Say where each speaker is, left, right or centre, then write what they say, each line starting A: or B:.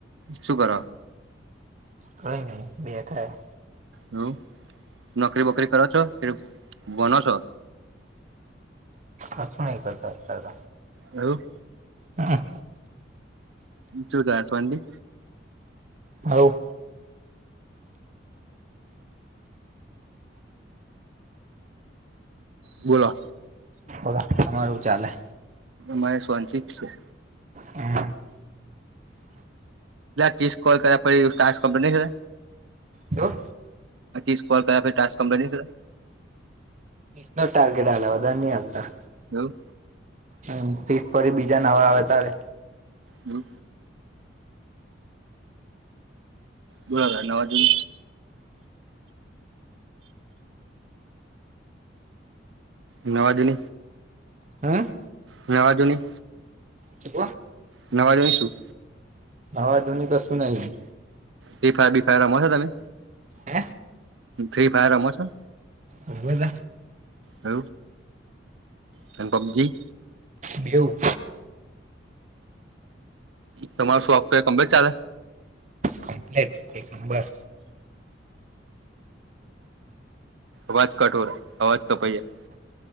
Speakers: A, on the right (about 80°); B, on the right (about 40°).
A: શું કર
B: કઈ નહી બેઠાય
A: હમ નોકરી વોકરી કરો છો કે ભનો છો
B: અુંહી કરતા કર
A: હ
B: હા
A: જોું ક ચી
B: હ
A: બોલો
B: ઓરા તમારું ચાલે
A: મહેશ વન સિક્સ છે
B: હમ
A: પી કોલ કર પડ સાર કંપની છે
B: શું
A: ી કોલ કર્યા ટા કંપની
B: નિ ન ટાર્ગેટ આાધની અતા
A: હ
B: હ તીજ પરી બીજા નવા આવે તારે
A: હમ બોરા નવાજ નવાજ ન
B: હમ
A: મે વાજો ન
B: શ
A: નવા જોઈશું
B: હવે આધુનિક અું નહી
A: બી ફાય બી ફાય રમો છો તમે
B: હે
A: ફિ‌ફાયર રમવો છે
B: ઉવે દ
A: હ પન પબજી
B: બું
A: તમારો સોફ્ટવેર કંમે ચાલે
B: કમ્પ્લીટ એક નંબર
A: અવાજ કઠોર અવાજ કપૈયા